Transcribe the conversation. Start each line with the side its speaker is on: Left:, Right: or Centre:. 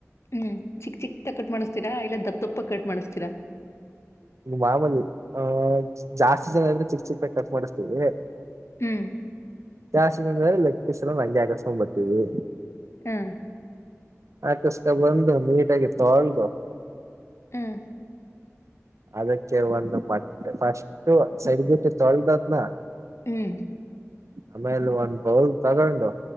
Left: ಹ್ಮ್ ಚಿಕ್ ಚಿಕ್ ತ ಕಟ್ ಮಾಡಿಸ್ತೀರಾ ಇಲ್ಲ ದತ್ತಪ್ಪ ಕಟ್ ಮಾಡಸ್ತೀಾ ತರ
Right: ಮಾಮೂಲಿ ಆಹ ಜಾಸ್ತಿ ಜನ ಇದ್ರೆ ಚಿಕ್ ಚಿಕ್ಕನ ಕಟ್ ಮಾಡಿಸ್ತೀವಿ
Left: ಹ್ಮ
Right: ಜಾಸತಿನಂದ ಲೆಕ್ಕಸಲ ಲಜ ಆಕಸ ಪಟ್ಟಿದೆ
Left: ಹಾ
Right: ಆಕಸ್ಕ ಬಂದು ನೀಟಾಗಿ ತೊಳದು
Left: ಹ್ಮ್
Right: ಅದಕ್ಕೆ ಒಂದು ಮಟ್ಟೆ ಫಸ್ಟ್ ಸರಿಬಿಟ್ಟೆ ತೊಳೆದದ್ನ
Left: ಹ್ಮ್
Right: ಆಮೇಲೆ ಒಂದ್ ಬೌಲ್ ತಗೊಂಡು